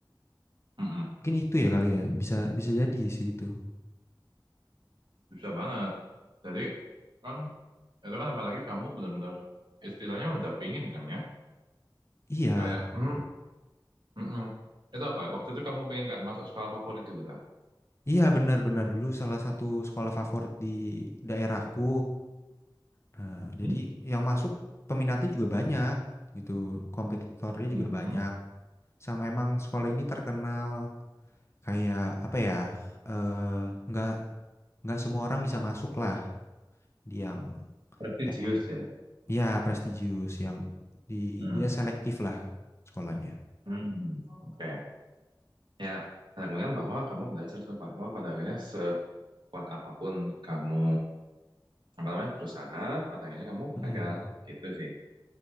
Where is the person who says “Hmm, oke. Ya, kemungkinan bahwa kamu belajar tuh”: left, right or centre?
Right